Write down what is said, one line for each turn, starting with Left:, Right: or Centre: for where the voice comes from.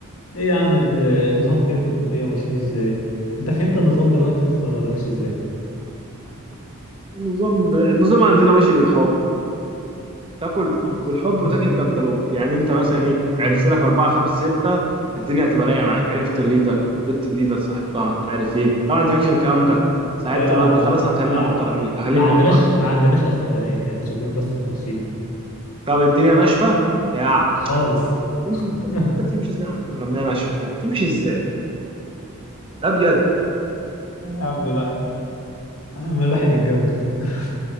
Left: ايه يا عم ده نظامكم ايه في الكلية وماشيين ازاي؟ انت فهمت النظام دلوقتي اصلا ولا ماشي ازاي؟
Right: النظام النظام عندنا ماشي بالحب تاكل
Left: آه.
Right: بالحب وتاكل كنتالوب يعني انت مثلا ايه
Left: مم.
Right: عرفت لك اربعه خمسه سته الدنيا هتبقى
Left: مم.
Right: رايقه معاك عرفت الليدر بنت الليدر صاحبتها مش عارف ايه طبعا انت مالكش في الكلام ده صاحبت
Left: لا لا
Right: الواد
Left: ما عندنا
Right: خلاص هنخلينا
Left: آه.
Right: محترمين هخليني
Left: ما عندناش
Right: محترم
Left: ما
Right: هخليني-
Left: عندناش اصلا بنات احنا صبيان بس في نفسينا
Right: طب الدنيا ناشفه يا
Left: خالص
Right: تمشي ازاي
Left: <laughs> يا
Right: انت بتمشي ازاي عندكم لما هي ناشفه كده بتمشي ازاي لا بجد
Left: عم بقى <laughs> ما الواحد اتجوز <laughs>